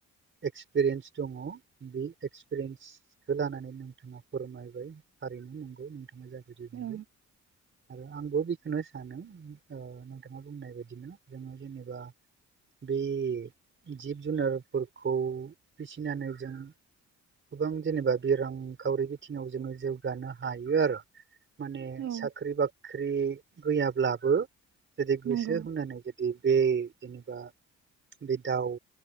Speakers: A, on the right (about 40°); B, on the right (about 60°).
A: एक्सपिरियेन्स दङ बे एक्सपिरियेन्सखौ लानानै नोंथाङा फोरमायबाय थारैनो नंगौ नोंथां
B: औ
A: आरो आंबो बेखौनो सानो नोंथाङा। बुंनाय बायदिनो जोङो जेनेबा बे जिब जुनार फोरखौ फिसिनानै जों गोबां जेनेबा बे रांखावरि बिथिङाव जोङो जौगानो हायो आरो। माने
B: औ
A: साख्रि बाख्रि गैयाब्लाबो जुदि गोसो
B: नंगौ
A: होनानै जुदि बे जेनेबा बे दाउ